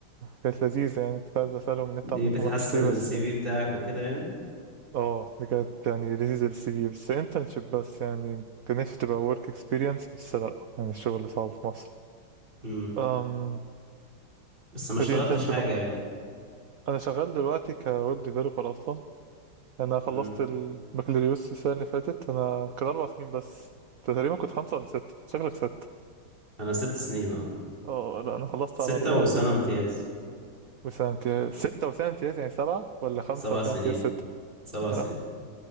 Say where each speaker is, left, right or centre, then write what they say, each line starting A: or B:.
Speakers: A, on the right; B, on the right.
A: كانت لذيذة يعني كنت عايز أسألهم النت
B: دي
A: عندكم
B: بتحسن
A: وحش ليه بس
B: السي
A: يعني.
B: في بتاعك وكده يعني
A: اه دي كانت يعني لذيذة للسي في بس انترنشيب بس يعني كان نفسي تبقى ورك اكسبيرينس بس لأ يعني الشغل صعب في مصر
B: مم.
A: أم
B: بس ما
A: فدي
B: اشتغلتش
A: انترنشيب
B: حاجة
A: أخدتها
B: يعني
A: أنا شغال دلوقتي كويب ديفلوبر أصلا أنا خلصت
B: مم.
A: البكالوريوس السنة اللي فاتت أنا كان أربع سنين بس أنت تقريبا كنت خمسة ولا ستة شكلك ستة
B: انا ست سنين اه
A: اه لأ أنا خلصت
B: ستة
A: على أربعة
B: وسنة
A: كده
B: امتياز
A: وسنة امتياز ستة وسنة امتياز يعني سبعة ولا خمسة
B: سبع
A: وسنة
B: سنين
A: امتياز ستة
B: سبع
A: يا
B: سنين
A: لهوي